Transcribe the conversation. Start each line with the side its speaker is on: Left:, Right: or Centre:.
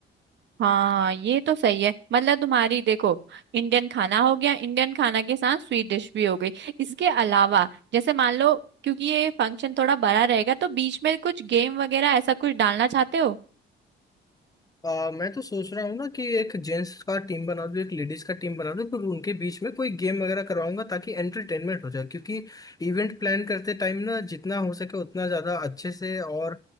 Right: हाँ ये तो सही है मतलब तुम्हारी देखो इंडियन खाना हो गया इंडियन खाना के साथ स्वीट डिश भी हो गई इसके अलावा जैसे मान लो क्योंकि ये फंक्शन थोड़ा बड़ा रहेगा तो बीच में कुछ गेम वगैरह ऐसा कुछ डालना चाहते हो
Left: आ, मैं तो सोच रहा हूँ ना कि एक जेंट्स का टीम बना दूँ एक लेडीज का टीम बना दूँ फिर उनके बीच में कोई गेम वगैरह करवाऊंगा ताकि एंटरटेनमेंट हो जाए क्योंकि इवेंट प्लान करते टाइम ना जितना हो सके उतना ज्यादा अच्छे से और